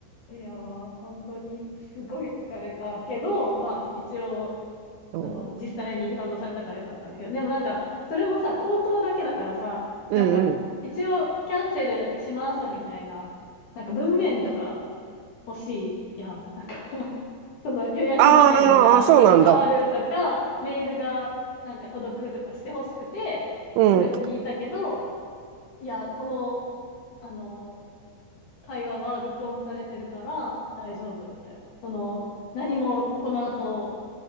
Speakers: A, on the left; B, on the right.
A: た。いやー、本当にすごい疲れたけど、まあ一応
B: あー
A: その、実際にリファンドされたからよかったんだけど、でもなんか、それもさ、口頭だけだからさ、
B: うんうん。
A: なんか、一応キャンセルしますみたいな、なんか文面とか欲しいやん。なんか <laughs> その予約画面がちょっと変わるとか、
B: あーあー、そうなんだ。
A: メールがなんか届くとかして欲しくて、
B: うん。
A: それも聞いたけど、いや、この、あの、会話は録音されてるから大丈夫みたいな。その、何もこの後、